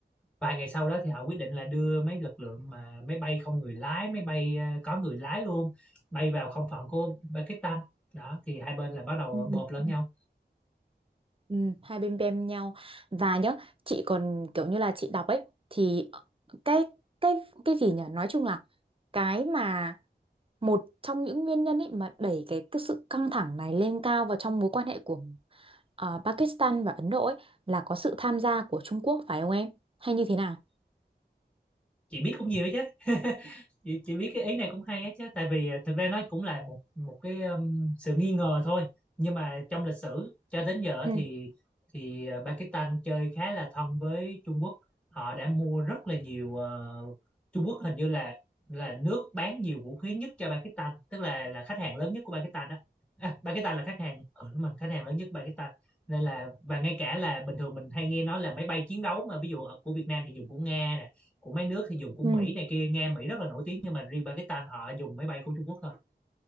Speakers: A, in the centre; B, on the right.
A: vài ngày sau đó thì họ quyết định là đưa mấy lực lượng mà máy bay không người lái máy bay ờ, có người lái luôn bay vào không phận của Pakistan đó thì hai bên là bắt đầu
B: ừ
A: bộp lẫn nhau
B: Ừ, hai bên bem nhau và nhớ chị còn kiểu như là chị đọc ấy thì cái cái cái gì nhỉ nói chung là cái mà một trong những nguyên nhân ấy mà đẩy cái, cái sự căng thẳng này lên cao vào trong mối quan hệ của ờ, Pakistan và Ấn Độ ấy là có sự tham gia của Trung Quốc phải không em hay như thế nào
A: chị biết cũng nhiều chứ <laughs> chị, chị biết cái ý này cũng hay á chứ tại vì ờ, thực ra nó cũng là một một cái um, sự nghi ngờ thôi nhưng mà trong lịch sử cho đến giờ
B: Ừ.
A: thì thì ờ, Pakistan chơi khá là thân với Trung Quốc họ đã mua rất là nhiều ờ, Trung Quốc hình như là là nước bán nhiều vũ khí nhất cho Pakistan tức là là khách hàng lớn nhất của Pakistan đó à, Pakistan là khách hàng ừ, đúng rồi, khách hàng lớn nhất Pakistan nên là và ngay cả là bình thường mình hay nghe nói là máy bay chiến đấu mà ví dụ ở của Việt Nam thì dùng của Nga nè của mấy nước thì dùng của
B: Ừ.
A: Mỹ này kia nghe Mỹ rất là nổi tiếng nhưng mà riêng Pakistan họ dùng máy bay của Trung Quốc thôi